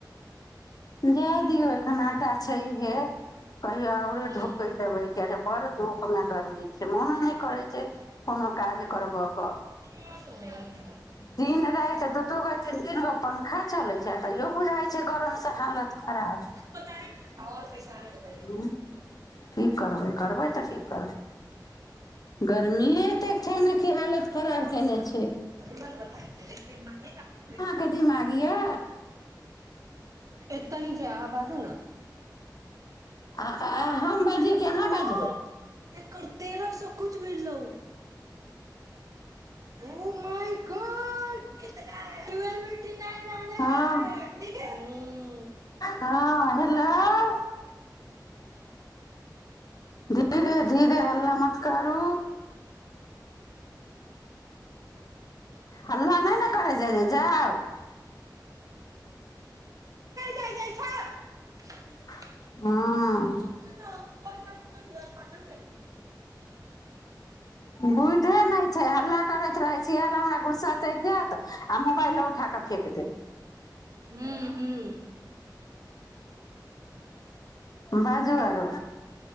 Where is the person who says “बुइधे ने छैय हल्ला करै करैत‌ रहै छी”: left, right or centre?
Left